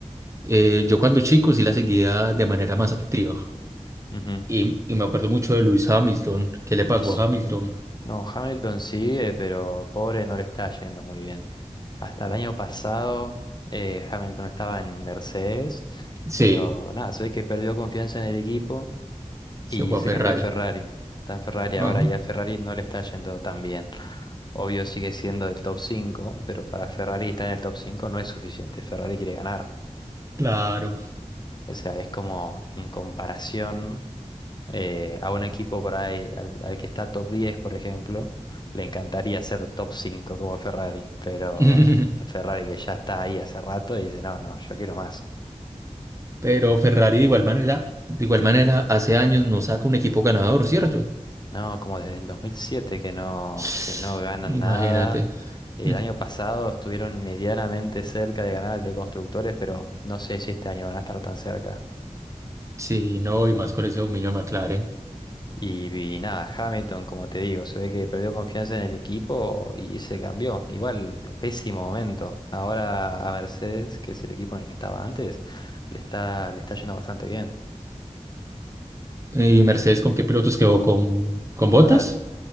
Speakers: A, on the right; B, on the left.
A: eh, yo cuando chico sí la seguía de manera más activa
B: ujú,
A: y, y me acuerdo mucho de Luis Hamilton, ¿qué le pasó
B: Sí.
A: a Hamilton?
B: No, Hamilton sigue, pero pobre no le está yendo muy bien. Hasta el año pasado eh, Hamilton estaba en Mercedes,
A: Sí.
B: pero nada, se ve que perdió confianza en el equipo y
A: Se fue
B: se
A: a Ferrari.
B: cambió a Ferrari. Está en Ferrari
A: Ajá,
B: ahora y a Ferrari no le está yendo tan bien. Obvio sigue siendo del top cinco pero para Ferrari estar en el top 5 no es suficiente. Ferrari quiere ganar.
A: claro.
B: O sea, es como en comparación eh, a un equipo por ahí, al, al que está top diez por ejemplo, le encantaría ser top 5 como Ferrari, pero
A: <laughs>
B: Ferrari que ya está ahí hace rato dice, no, no, yo quiero más.
A: Pero Ferrari de igual manera, de igual manera, hace años no saca un equipo ganador, ¿cierto?
B: No, como desde el 2007 que no,
A: <sniffs>
B: que no ganan
A: Imagínate.
B: nada El
A: Mm.
B: año pasado estuvieron medianamente cerca de ganar el de constructores, pero no sé si este año van a estar tan cerca.
A: Sí, no, y más con ese dominio de McLaren.
B: Y, y nada, Hamilton, como te digo, se ve que perdió confianza en el equipo y se cambió. Igual, pésimo momento. Ahora a Mercedes, que es el equipo en el que estaba antes, le está, le está yendo bastante bien.
A: Eh, ¿Y Mercedes con qué pilotos quedó? ¿Con, con Bottas?
B: Ahora